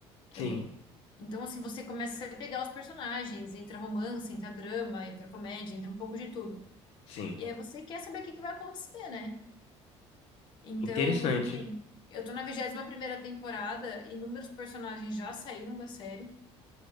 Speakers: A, on the left; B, on the left.
A: Também.
B: sim.
A: Então, assim, você começa a pegar os personagens, entra romance, entra drama, entra comédia, entra um pouco de tudo.
B: Sim.
A: E aí você quer saber o que que vai acontecer, né? Então,
B: Interessante.
A: que nem- eu tô na vigésima primeira temporada, inúmeros personagens já saíram da série